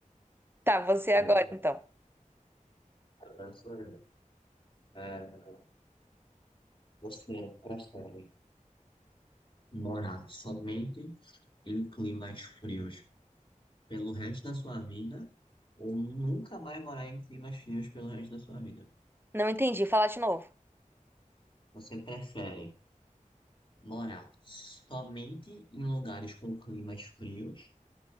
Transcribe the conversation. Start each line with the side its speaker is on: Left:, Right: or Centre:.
Right: Tá, você
Left: é
Right: agora,
Left: verdade.
Right: então.
Left: Agora sou eu. É, você prefere morar somente em climas frios pelo resto da sua vida ou nunca mais morar em climas frios pelo resto da sua vida?
Right: Não entendi, fala de novo.
Left: Você prefere morar somente em lugares com climas frios